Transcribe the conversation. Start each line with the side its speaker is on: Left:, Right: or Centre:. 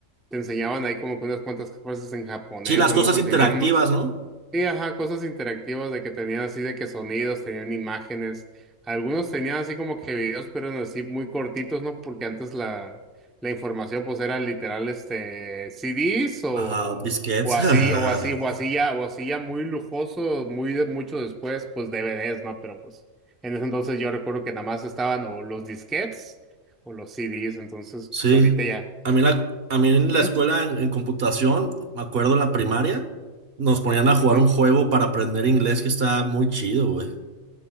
Centre: te enseñaban ahí como que unas cuantas cosas en japonés
Right: Sí, las
Centre: o en
Right: cosas
Centre: otros
Right: interactivas,
Centre: idiomas.
Right: ¿no?
Centre: Y ajá, cosas interactivas de que tenían así de que sonidos, tenían imágenes. Algunos tenían así como que videos, pero eran así muy cortitos, ¿no? Porque antes la, la información pues era literal este CDs o,
Right: Ajá, disquetes.
Centre: o así,
Right: <laughs>
Centre: o así, o así ya, o así ya muy lujoso, muy de- mucho después, pues DVDs, ¿no? Pero pues en ese entonces yo recuerdo que nada más estaban o los disquetes o los CDs, entonces
Right: Sí.
Centre: pues ahorita ya.
Right: A mí, la, a mí en
Centre: Ujú,
Right: la escuela en, en computación, me acuerdo en la primaria, nos ponían a jugar
Centre: ujú.
Right: un juego para aprender inglés que está muy chido, güey.